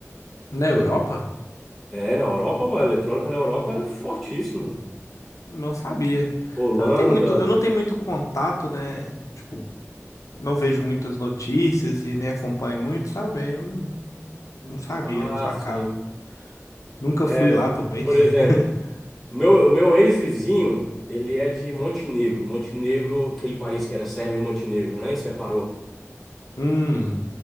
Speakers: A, on the left; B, in the centre.
A: Na Europa?
B: É, na Europa, pô, a eletrônica na Europa é fortíssimo.
A: Não sabia.
B: Holanda,
A: Eu não tenho muito, eu não tenho muito contato, né? Tipo, não vejo muitas notícias e nem acompanho muito, sabe? Aí Eu não, não sabia,
B: ah,
A: não sacava.
B: sim.
A: Nunca
B: É,
A: fui lá também.
B: por
A: <laughs>
B: exemplo, meu, o meu ex-vizinho, ele é de Montenegro. Montenegro, aquele país que era Sérvia e Montenegro, né? E separou.
A: Hum,